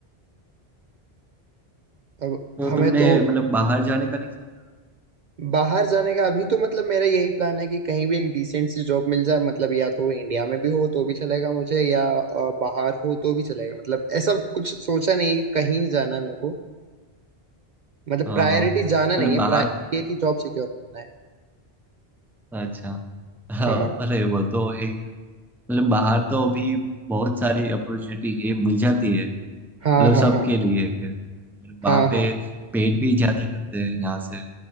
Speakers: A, on the right; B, in the centre.
A: अब
B: तो
A: हमें
B: तुमने
A: तो
B: मतलब बाहर जाने का नहीं सोचा
A: बाहर जाने का अभी तो मतलब मेरा यही प्लान है कि कहीं भी एक डिसेंट सी जॉब मिल जाए मतलब या तो वो इंडिया में भी हो तो भी चलेगा मुझे या अ, बाहर हो तो भी चलेगा मतलब ऐसा कुछ सोचा नहीं है कि कहीं जाना है मेरे को मतलब
B: हाँ
A: प्रायोरिटी
B: हाँ मतलब
A: जाना नहीं है
B: बाहर
A: प्रायोरिटी है कि जॉब सिक्योर करना है
B: अच्छा <laughs> हाँ,
A: हाँ
B: अरे वो तो है ही मतलब बाहर तो अभी बहुत सारी अपॉर्चुनिटी है मिल जाती है मतलब
A: हाँ हाँ
B: सबके
A: हाँ
B: लिए और
A: हाँ
B: वहाँ
A: हाँ
B: पे पेट भी ज्यादा करते हैं यहाँ से